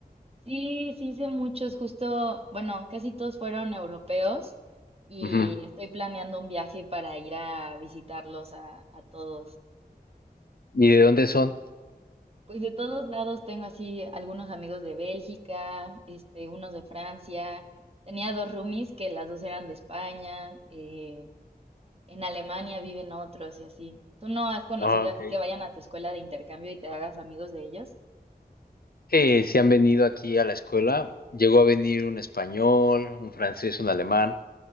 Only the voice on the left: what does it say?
Ujú.
¿Y de dónde son?
Ah, ok.
Sí, sí han venido aquí a la escuela. Llegó a venir un español, un francés, un alemán,